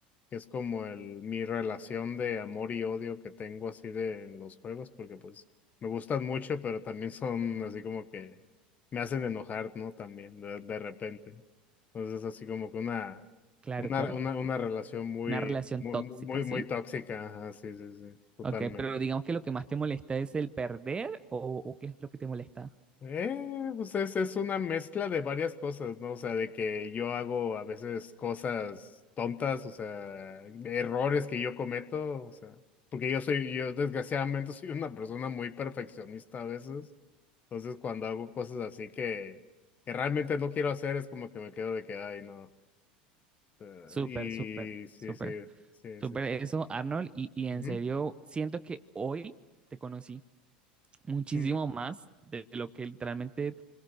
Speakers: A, on the left (about 35°); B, on the right (about 20°).
A: que es como el, mi relación de amor y odio que tengo así de en los juegos, porque pues me gustan mucho, pero también son así como que me hacen enojar, ¿no? También de, de repente. Entonces así como que una,
B: Claro,
A: una,
B: claro.
A: una, una relación muy,
B: Una relación
A: muy,
B: tóxica,
A: muy,
B: ¿sí?
A: muy tóxica, así, sí, sí, sí, totalmente.
B: Ok, pero digamos que lo que más te molesta es el perder o, o qué es lo que te molesta.
A: Eh, pues es, es una mezcla de varias cosas, ¿no? O sea, de que yo hago a veces cosas tontas, o sea, errores que yo cometo, o sea, porque yo soy, yo desgraciadamente <laughs> soy una persona muy perfeccionista a veces, entonces cuando hago cosas así que, que realmente no quiero hacer es como que me quedo de que, ay, no, o sea,
B: Súper,
A: y
B: súper,
A: sí,
B: súper,
A: sí, sí,
B: súper
A: sí, sí.
B: eso, Arnold. Y, y en
A: Ujú,
B: serio, siento que hoy te conocí muchísimo
A: ujú,
B: más de lo que literalmente